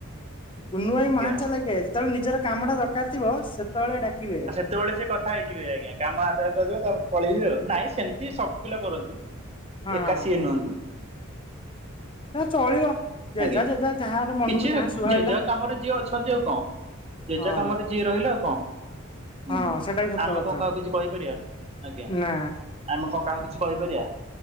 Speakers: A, on the left; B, on the right.
A: କୁନୁଭାଇ
B: ଆଜ୍ଞା।
A: ମହାନ ଚାଲାକିଆ ଯେତେବେଳେ ନିଜର କାମ ଟା ଦରକାର ଥିବ ସେତେବେଳେ ଡାକିବେ।
B: ଯେତେବେଳେ ସେ କଥା ହେଇଯିବେ ଆଜ୍ଞା। କାମ ଆଦାୟ କରିଦେବେ ତାପରେ ପଳେଇବେ ଆଉ। ନାଇଁ ସେମିତି ସବୁ ପିଲା କରନ୍ତିନି।
A: ହଁ।
B: ଏକା ସିଏ ନୁହନ୍ତି।
A: ନା ଚଳିବ। ଯେଝା
B: ଆଜ୍ଞା।
A: ଯେଝା ଯାହାର ମନକୁ
B: କିଛି
A: ଯାହା
B: <unintelligible>
A: ସୁହାଇଲା
B: ଯୋ କାମରେ ଯିଅ ଅଛନ୍ତି ଆଉ କଣ? ଯେଝା
A: ହଁ
B: କାମରେ ଯିଏ ରହିଲା ଆଉ କଣ? ହୁଁ,
A: ହଁ ସେଟା ବି ସତ
B: ଆମେ
A: କଥା
B: କଣ କହାକୁ କିଛି କହିପାରିବା? ଆଜ୍ଞା।
A: ନା
B: ଆମେ କଣ କାହାକୁ କିଛି କହିପାରିବା?